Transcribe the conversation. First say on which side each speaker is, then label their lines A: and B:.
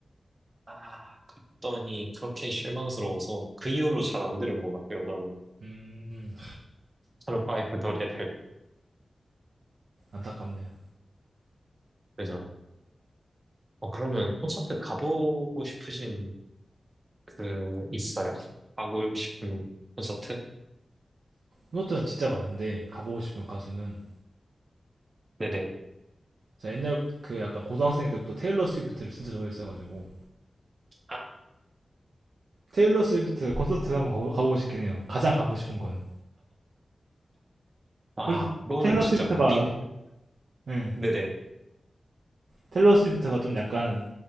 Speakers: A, on the right (about 35°); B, on the right (about 85°).
A: 아 갔더니 그렇게 실망스러워서 그 이후로 잘 안 들은 것 같아요. 저는
B: 음
A: 저는 파이브 노래를
B: 안타깝네
A: 그죠. 어, 그러면 콘서트 가보고 싶으신 그, 있어요? 가고 싶은 콘서트?
B: 콘서트는 진짜 많은데 가보고 싶은 가수는
A: 네네.
B: 제가 옛날 그 약간 고등학생 때부터 테일러 스위프트를 진짜 좋아했어가지고
A: 아,
B: 테일러 스위프트 콘서트 한번 가보, 가보고 싶긴 해요 가장 가고 싶은 건
A: 아,
B: 솔직히
A: 그거는
B: 테일러
A: 진짜
B: 어, 스위프트가
A: 미,
B: 예
A: 네네.
B: 테일러 스위프트가 좀 약간